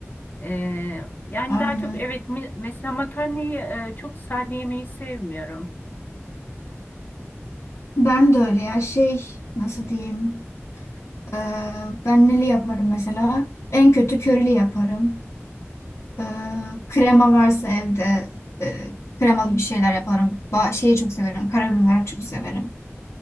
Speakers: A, on the left; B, on the left.
A: Ee, yani
B: Aynen.
A: daha çok evet me- mesela makarnayı e, çok sade yemeyi sevmiyorum.
B: Ben de öyle ya şey nasıl diyeyim. Ee, ben neli yaparım mesela? En kötü körili yaparım. Ee, krema varsa evde e, kremalı bir şeyler yaparım. Ba şeyi çok severim. Karabiber çok severim.